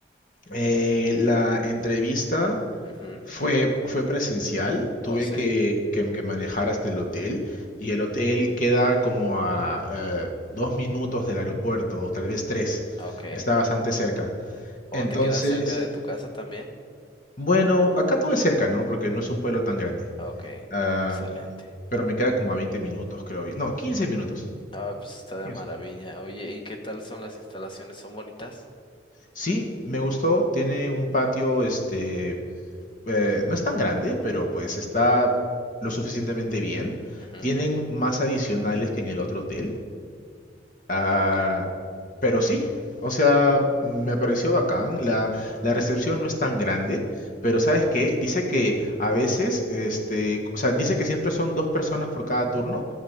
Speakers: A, on the left (about 45°); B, on the left (about 25°).
A: eh, la entrevista
B: Ujú.
A: fue, fue presencial, tuve
B: Oh, sí,
A: que, que- que manejar hasta el hotel y el hotel queda como a eh, dos minutos del aeropuerto, o tal vez tres,
B: ok.
A: está bastante cerca.
B: ¿O
A: Entonces,
B: te quedas cerca de tu casa también?
A: bueno, acá todo es cerca, ¿no? Porque no es un pueblo tan grande.
B: Ok,
A: Ah,
B: excelente.
A: Pero me queda como a 20 minutos, creo. No, 15 minutos.
B: Ah, pues está de
A: 15.
B: maravilla. Oye, ¿y qué tal son las instalaciones? ¿Son bonitas?
A: Sí, me gustó. Tiene un patio, este, eh, no es tan grande, pero pues está lo suficientemente bien.
B: Ujú,
A: Tienen más adicionales que en el otro hotel. Ah,
B: Ok,
A: pero sí, o sea, me pareció bacán. La, la recepción no es tan grande, pero ¿sabes qué? Dice que a veces, este, o sea, dice que siempre son dos personas por cada turno